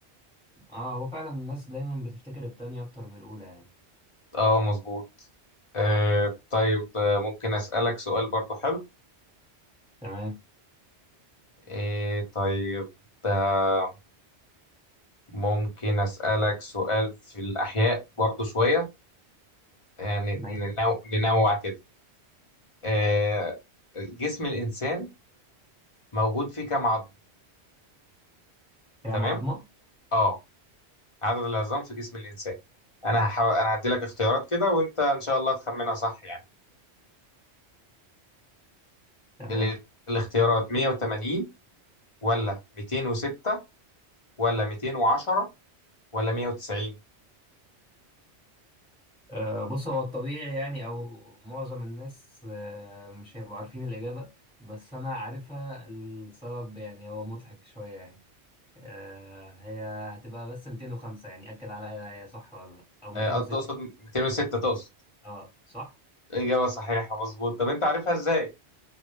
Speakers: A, in the centre; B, on the left.
A: اه هو فعلا الناس دايما بتفتكر التانية اكتر من الاولى يعني
B: اه مظبوط آه طيب آه، ممكن اسالك سؤال برضو حلو
A: تمام
B: آه طيب آه ممكن اسالك سؤال في الاحياء برضو شويه يعني
A: ماشي
B: ننوع, ننوع كده آه جسم الانسان موجود فيه كام عظم
A: هي
B: تمام
A: معضمة
B: اه عدد العظام في جسم الانسان انا هحاول انا هدي لك اختيارات كده وانت ان شاء الله تخمنها صح يعني
A: تمام
B: ال... الاختيارات 180 ولا 206 ولا 210 ولا 190
A: آه بص هو الطبيعي يعني او معظم الناس آه مش هيبقوا عارفين الإجابة بس أنا عارفها السبب يعني هو مضحك شوية يعني آه هي هتبقى بس 205 يعني أكد عليا هي صح ولا لأ أو 206
B: آه تقصد 206 تقصد
A: اه صح
B: اجابه صحيحه مظبوط طب انت عارفها ازاي